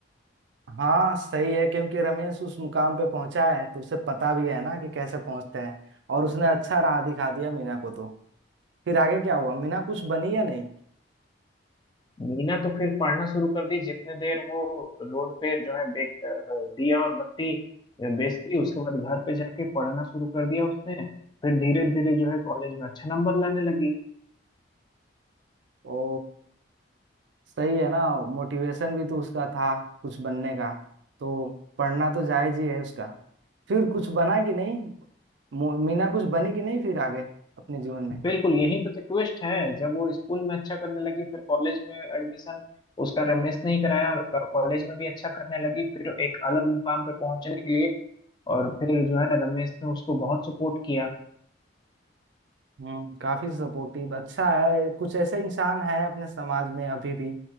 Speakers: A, on the right; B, on the left.
A: हाँ सही है क्योंकि रमेश उस मुकाम पे पहुंचा है तो उसे पता भी है ना कि कैसे पहुंचते हैं और उसने अच्छा राह दिखा दिया मीना को तो फिर आगे क्या हुआ मीना कुछ बनी या नहीं
B: मीना तो फिर पढ़ना शुरू कर दी जितने देर वो रोड पे जो है बेच दिया और बत्ती बेचती उसके बाद घर पे जाके पढ़ना शुरू कर दिया उसने फिर धीरे धीरे जो है कॉलेज में अच्छा नंबर लाने लगी
A: ओ सही है ना मोटिवेशन भी तो उसका था कुछ बनने का तो पढ़ना तो जायज ही है उसका फिर कुछ बना कि नहीं मो- मीना कुछ बनी कि नहीं फिर आगे अपने जीवन में
B: बिल्कुल यहीं पे तो ट्विस्ट है जब वो स्कूल में अच्छा करने लगी फिर कॉलेज में एडमिशन उसका रमेश ने ही कराया और कॉलेज में भी अच्छा करने लगी फिर एक अलग मुकाम पे पहुंचने के लिए और फिर जो है रमेश ने उसको बहुत सपोर्ट किया
A: हम्म, काफी सपोर्टिव अच्छा है कुछ ऐसे इंसान हैं अपने समाज में अभी भी